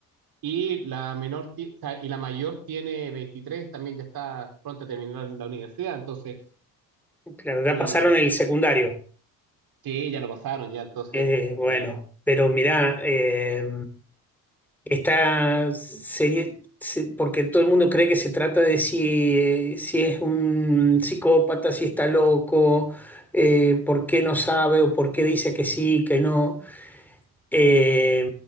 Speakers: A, on the right; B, in the centre.
A: Y la menor, ti- o sea, y la mayor tiene veintitrés también ya está pronta a terminar la universidad, entonces
B: claro, ya
A: estoy,
B: pasaron el secundario.
A: sí, ya lo pasaron, ya, entonces,
B: Eh, bueno,
A: el,
B: pero mirá, eh, esta serie, se- porque todo el mundo cree que se trata de si, eh, si es un psicópata, si está loco, eh, por qué no sabe o por qué dice que sí, que no. Eh,